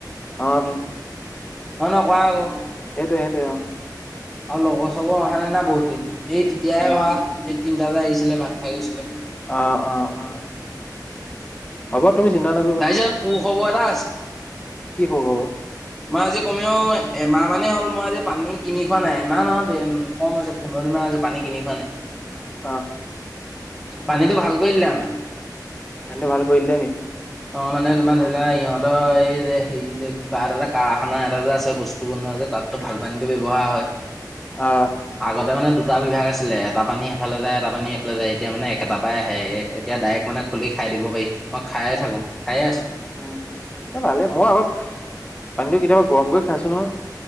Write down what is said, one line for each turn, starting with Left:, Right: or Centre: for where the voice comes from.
Left: অ' টোন।
Centre: অ' নহ কোৱা আকৌ।
Left: সেইটোয়ে- সেইটোৱে অ'।
Centre: আৰু লগৰ চগৰ অহা নাই না বহুত দিন, এই তেতিয়াই
Left: উম,
Centre: অহা এই তিনটা যে আহিছিলে ভাত খাই গৈছিলে।
Left: অ', অ'- অ' হ'ব তুমি চিন্তা নকৰিবা।
Centre: তাৰপিছত সু খবৰ এটা আছ
Left: কি খ খবৰ।
Centre: মই আজি কমেও এমাহ মানে হ'ল মই আজি পানী কিনি খোৱা নাই এমাহ নহয় কম হৈছে পোন্ধৰ দিনমান আজি পানী কিনি খুৱা নাই।
Left: অ'।
Centre: পানীটো ভাল কৰি দিলে আমাৰ।
Left: পানীটো ভাল কৰি দিলে নি।
Centre: অ মানে তোমাৰ ধৰি লোৱা ইহঁতৰ এই যে হেৰি যে কিবা এটা এ যে কাৰখানা এটা যে আছে বস্তু বনোৱা যে। তাতটো ভাল পানীটো ব্যৱহাৰ হয়
Left: আহ
Centre: আগতে মানে। দুটা বিভাগ আছিলে এটা পানী সিফালে যায় এটা পানী ইফালে যায় এতিয়া মানে একোটা পৰাই আহে এতিয়া ডাইৰেক্ট মানে খুলি খাই। খাই দিব পাৰি মই খায়ে থাকো খায়ে আছোঁ।
Left: উম এ ভালেই মই আগত পানীটো কেতিয়াবা গৰম কৰি খাইছোঁ নহয়।